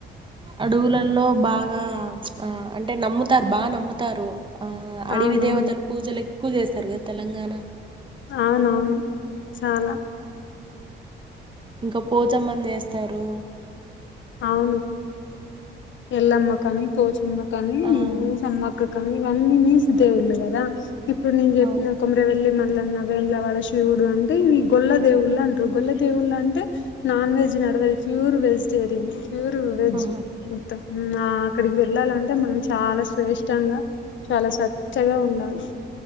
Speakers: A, on the right; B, on the left.
A: అడువులల్లో బాగా ఆ అంటే నమ్ముతారు బా నమ్ముతారు ఆ అడివి
B: అవునవును
A: దేవతలు పూజలు ఎక్కువ చేస్తారు గా తెలంగాణ
B: అవునవును చాలా
A: ఇంకా పోచమ్మని చేస్తారు
B: అవును ఎల్లమ్మ కానీ పోచమ్మ కానీ
A: ఆం
B: అమ్మక్క కానీ ఇవన్నీ నీసు దేవుళ్ళు కదా ఇప్పుడు నేను చెప్పిన
A: అవును
B: కొమ్మి రవెల్లి మల్లన్న వేములవాడ శివుడు అంటే ఇవి గొల్ల దేవుళ్ళు అంట్రు గొల్ల దేవుళ్ళు అంటే నాన్ వెెజ్ నడవదు ఫ్యూర్ వెజిటేరియన్ ఫ్యూర్ వెజ్
A: ఆహా
B: మొత్తం ఉమ్ ఆ అక్కడికి వెళ్ళాలంటే మనం చాలా శ్రేష్టంగా చాలా సచ్చగా ఉండాలి